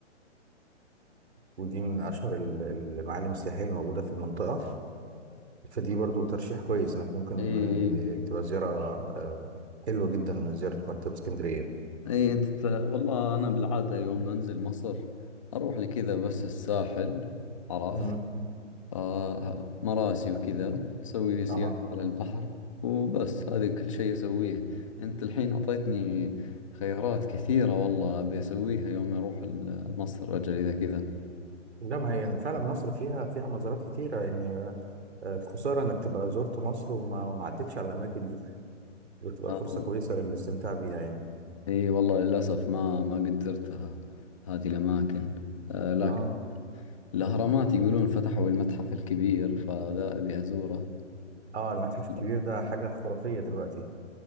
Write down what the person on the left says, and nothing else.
إي إي
إي أنت ت- والله أنا بالعادة يوم أنزل مصر أروح لكذا بس الساحل عرفت
آه مراسي وكذا أسوي لي سياحة
على البحر وبس هذه كل شيء أسويه أنت الحين أعطيتني خيارات كثيرة والله أبي أسويها يوم أروح ال- مصر أجل إذا كذا
آه،
إي والله للأسف ما ما قد زرتها هذه الأماكن آه لكن
الأهرامات يقولون فتحوا المتحف الكبير فذا أبي أزوره
والله